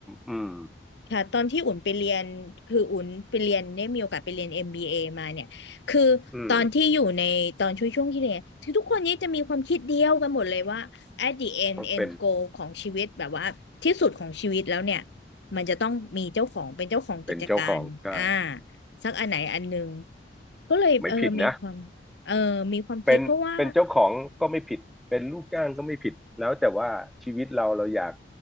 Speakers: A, in the centre; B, on the left (about 80°).
A: อืม
B: ค่ะตอนที่อุ่นไปเรียนคืออุ่นไปเรียนได้มีโอกาสไปเรียน MBA มบีเอมาเนี่ยคือตอนที่อยู่ในตอนช่วงช่วงที่เรียนคือทุกคนนี้จะมีความคิดเดียวกันหมดเลยว่า
A: อืม
B: at the end
A: ต้องเป็น
B: end goal ของชีวิตแบบว่าที่สุดของชีวิตแล้วเนี่ยมันจะต้องมีเจ้าของเป็นเจ้าของกิจการอ่า
A: เป็นเจ้าของใช่
B: สักอันไหนอันหนึ่ง ก็เลยเออมีความเออมีความคิดเพราะว่า
A: ไม่ผิดนะเป็นเป็นเจ้าของก็ไม่ผิดเป็นลูกจ้างก็ไม่ผิดแล้วแต่ว่าชีวิตเราเราอยาก